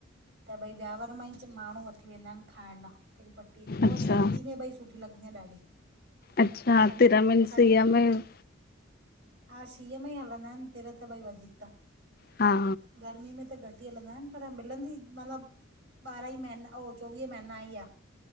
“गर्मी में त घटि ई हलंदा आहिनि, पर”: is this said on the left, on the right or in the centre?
Right